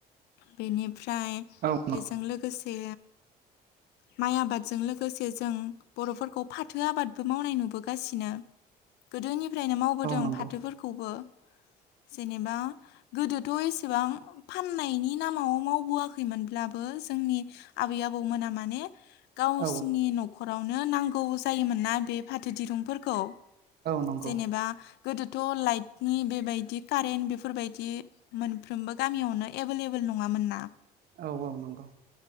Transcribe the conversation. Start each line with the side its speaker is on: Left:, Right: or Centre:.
Left: बेनिफ्राय
Right: औ
Left: बेजों लोगोसे माइ आबादजों लोगोसे जों बर'फोरखौ फाथो आबादबो मावनाय नुबोगासिनो। गोदोनि फ्रायनो मावबोदों
Right: नंगौ
Left: फाथोफोरखौबो जेनेबा गोदोथ' एसेबां फाननायनि नामाव मावबोआखैमोनब्लाबो जोंनि आबै आबौमोना माने गावसिनि
Right: औ औ
Left: न'खरावनो नांगौ जायोमोन ना बे फाथो दिरुंफोरखौ
Right: नंगौ
Left: जेनेबा गोदोथ' लाइटनि बेबायदि कारेन्ट बेफोर बायदि मोनफ्रोमबो गामियावनो एभेलेबोल नङामोन ना
Right: औ औ नंगौ